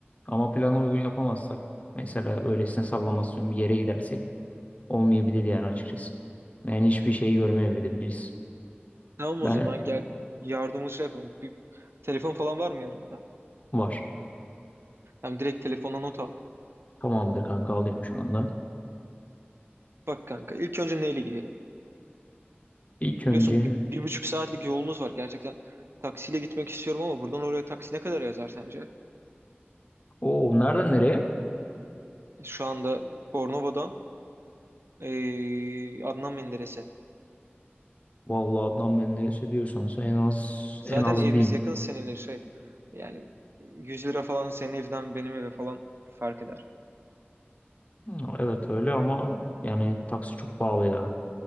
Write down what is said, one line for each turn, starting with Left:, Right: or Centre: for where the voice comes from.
Left: Ama plana uygun yapamazsak mesela öylesine sallamasyon bir yere gidersek olmayabilir yani açıkçası. Yani hiçbir şey görmeyebiliriz.
Right: Tamam
Left: Ben
Right: o zaman gel yardımımızı şey yapalım. Bir telefon falan var mı yanında?
Left: var.
Right: Hem direkt telefona not al.
Left: Tamamdır kanka alıyorum şu anda.
Right: Bak kanka ilk önce neyle gidelim?
Left: İlk önce
Right: Biliyorsun bir, bir buçuk saatlik yolumuz var. Gerçekten taksiyle gitmek istiyorum ama buradan oraya taksi ne kadar yazar sence?
Left: o nereden nereye?
Right: Şu anda Bornova'dan e, Adnan Menderes'e.
Left: Vallahi Adnan Menderes'e diyorsan sen en az
Right: Zaten
Left: en az
Right: evimiz
Left: bin.
Right: yakın seninle şey. Yani 100 lira falan senin evden benim eve falan fark eder.
Left: Hı, Evet öyle ama yani taksi çok pahalı ya.